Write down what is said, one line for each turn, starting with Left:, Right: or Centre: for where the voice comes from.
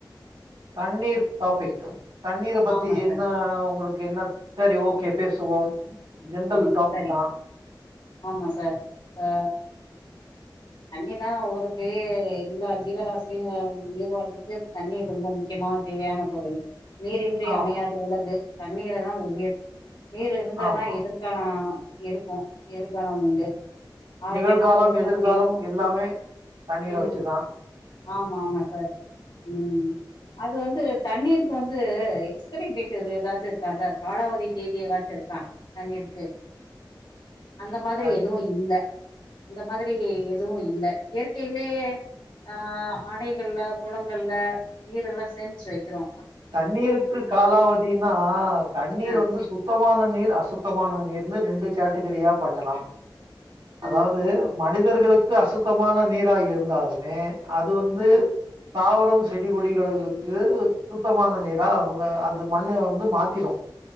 Right: தண்ணீர் டாபிக் தண்ணீரை பத்தி
Left: ஆமா
Right: என்ன
Left: சார்
Right: உங்களுக்கு என்ன சரி ஓகே பேசுவோம் ஜென்ரல்
Left: ஆ
Right: டாபிக்
Left: சரி
Right: தான்
Left: ஆமா சார் ஆ தண்ணி தான் உலகத்திலேயே எல்லா ஜீவராசியும் உயிர்வாழ்றதுக்கு தண்ணி ரொம்ப முக்கியமானது தேவையான பொருள் நீரின்றி
Right: ஆம்
Left: அமையாது உலகு தண்ணீரைதான் உயிர் நீர் இருந்தாதான்
Right: ஆமா
Left: எதிர எல்லாம் இருக்கும் எதிர்காலம் உண்டு ஆரோக்கியமாவு
Right: நிகழ்காலம்
Left: இருக்க
Right: எதிர்காலம்
Left: முடியும்
Right: எல்லாமே தண்ணீரை
Left: ம்
Right: வச்சுதான்
Left: ஆமா ஆமா சார் ம் அது வந்து தண்ணீருக்கு வந்து எக்ஸ்பரி டேட் ஏதாச்சு இருக்கா சார் காலாவதி தேதி ஏதாச்சு இருக்கா தண்ணிருக்கு அந்த மாதிரி
Right: தண்
Left: எதுவு இல்ல அந்த மாதிரி எதுவு இல்ல இயற்கையிலேயே ஆ அணைகள்ல குளங்கள்ல நீரல்லா சேமிச்சு வைக்கிறோ
Right: தண்ணீருக்கு காலாவதினா தண்ணீர்
Left: ஆ,
Right: வந்து சுத்தமான நீர் அசுத்த அசுத்தமான நீர்னு ரெண்டு கேட்டகரியா பண்ணலா
Left: ஆ.
Right: அதாவது மனிதர்களுக்கு அசுத்தமான நீரா இருந்தாலுமே அது வந்து
Left: ம்.
Right: தாவரம் செடி கொடிகளுக்கு சுத்தமான நீரா ஆகும் அது மண்ணை வந்து மாத்திடு